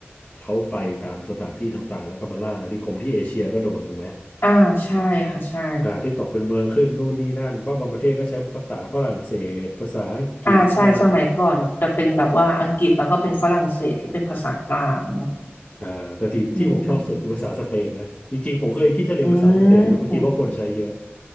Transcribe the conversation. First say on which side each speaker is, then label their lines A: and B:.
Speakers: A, on the left; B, on the left.
A: เขาไปตามสถานที่ต่างๆแล้วก็มาล่าอาณานิคมที่เอเชียก็โดนถูกไหม
B: อ่าใช่ค่ะใช่
A: อ่าที่ตกเป็นเมืองขึ้นนู่นนี่นั่นเพราะบางประเทศก็ใช้ภาษาฝรั่งเศสภาษาอังกฤษมั่ง
B: อ่าใช่สมัยก่อนจะเป็นแบบว่าอังกฤษแล้วก็เป็นฝรั่งเศสที่เป็นภาษากลาง
A: อ่าแต่ที่ที่ผมชอบสุดคือภาษาสเปนนะจริงๆผมเคยคิดจะเรียนภาษาสเปนนะเพราะคิดว่าคนใช้เยอะ
B: อืมอืม